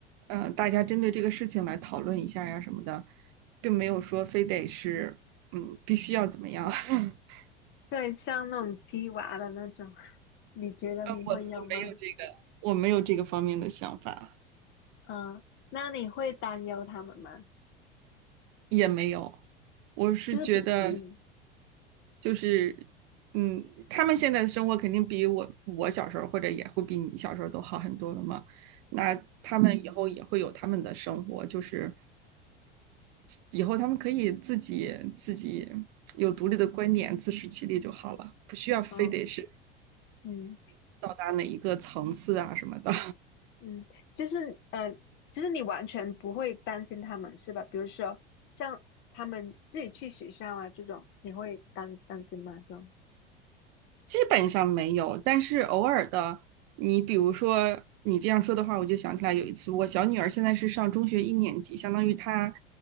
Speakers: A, on the right; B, on the left.
A: 呃，大家针对这个事情来讨论一下呀什么的，并没有说非得是嗯必须要怎么样。<laughs>
B: 对，像那种鸡娃的那种，你觉得你会有吗？
A: 我我没有这个，我没有这个方面的想法。
B: 嗯，那你会担忧他们吗？
A: 也没有，我是觉得嗯
B: 就是比，嗯，
A: 就是，嗯，他们现在的生活肯定比我我小时候或者也会比你小时候都好很多了嘛。那他们以嗯后也会有他们的生活，就是以后他们可以自己自己有独立的观点，自食其力就好了，不需要非得是
B: 哦，嗯
A: 到达哪一个层次啊什么的。
B: 嗯，就是呃，就是你完全不会担心他们是吧？比如说像他们自己去学校啊这种，你会担担心吗？这种，
A: 基本上没有，但是偶尔的，你比如说你这样说的话，我就想起来有一次，我小女儿现在是上中学一年级，相当于她